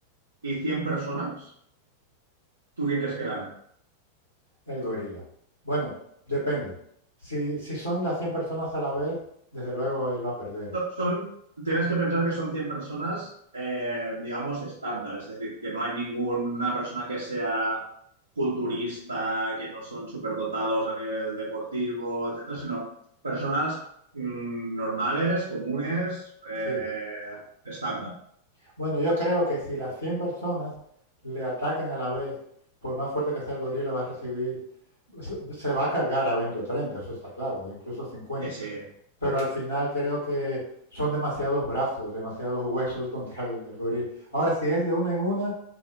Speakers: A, on the right; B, on the left.
A: y 100 personas? ¿Tú quién crees que gana?
B: el gorila. Bueno, depende. Si, si son las 100 personas a la vez, desde luego él va a perder.
A: So- Son, tienes que pensar que son 100 personas, eh, digamos, estándar, es decir, que no hay ninguna persona que sea culturista, que no son superdotados a nivel deportivo, etcétera, sino personas mm, normales, comunes, eh,
B: Sí.
A: estándar,
B: Bueno, yo creo que si las 100 personas le atacan a la vez, por más fuerte que sea el gorila, va a recibir, se se va a cargar a 20 o treinta eso está claro, o incluso cincuenta
A: que se,
B: pero al final creo que son demasiados brazos, demasiados huesos <laughs> contra el, el goril. Ahora, si es de una en una,